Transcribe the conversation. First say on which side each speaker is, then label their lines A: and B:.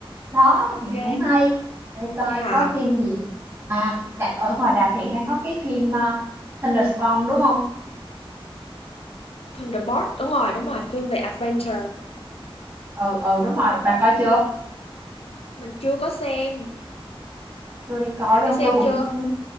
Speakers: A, on the right (about 30°); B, on the left (about 80°).
A: Đó,
B: Ok,
A: thì cũng hay. Để coi
B: vậy hả?
A: có phim gì. À, đã, ở ngoài rạp hiện đang có cái phim ờ, Thunderstorm đúng không?
B: Thunderbolt, đúng rồi, đúng rồi, Phương về Adventure.
A: Ừ, ừ đúng rồi, bà coi chưa?
B: Mình chưa có xem.
A: Chưa đi coi
B: Bạn
A: đúng
B: đi
A: không?
B: xem
A: Tôi cũng
B: chưa?
A: ừ,